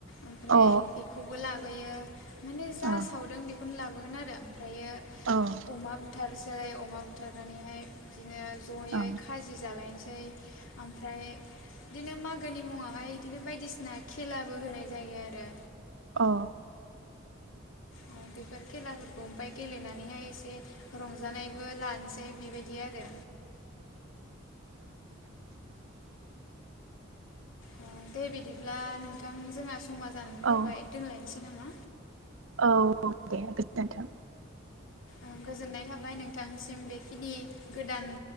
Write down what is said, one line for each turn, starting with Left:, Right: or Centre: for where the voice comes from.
Left: ओमफ्राय
Right: अ
Left: बेखौबो लाबो माने जा
Right: ओं
Left: सावदों बेखौनो लाबो गोन आरो ओमफ्रायो
Right: औ ओं
Left: अमा बुथार सै अमा बुथारनानैहाय बिदिनो जयै
Right: अ
Left: खाजि जालायनोसै। दै ओमफ्राय बिदिनो मागोनि मुङावहाय इदिनो बायदिसिना खेलाबो होनाय जायो आरो।
Right: अ
Left: अ बेफोर खेलाफोरखौ ओमफफ्राय गेलेनानैहाय एसे रंजानाय बो लसै बेबायदि आरो।
Right: <inaudible>
Left: ओ दे बिदिब्ला नोंथां जोंहा समा जानानै फैबाय
Right: ओ
Left: दोनलायनोसै। नामा
Right: औ दे गोजोनथों।
Left: ओं गोजोननाय थाबाय नोंथांसिम बेखिनि गोदान